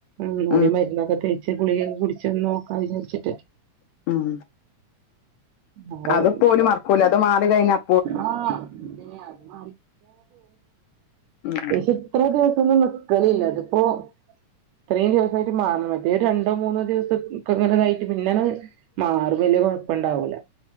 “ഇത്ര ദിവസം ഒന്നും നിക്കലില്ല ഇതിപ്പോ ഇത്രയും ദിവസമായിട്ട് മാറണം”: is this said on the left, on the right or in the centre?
Right